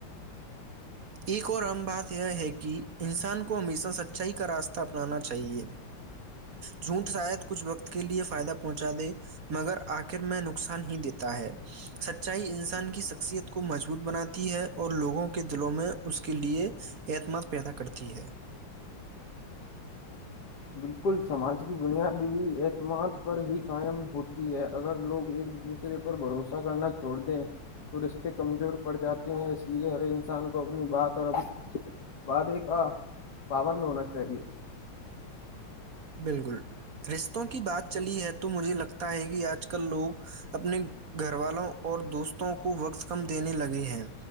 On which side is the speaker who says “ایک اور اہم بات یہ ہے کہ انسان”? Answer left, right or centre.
Right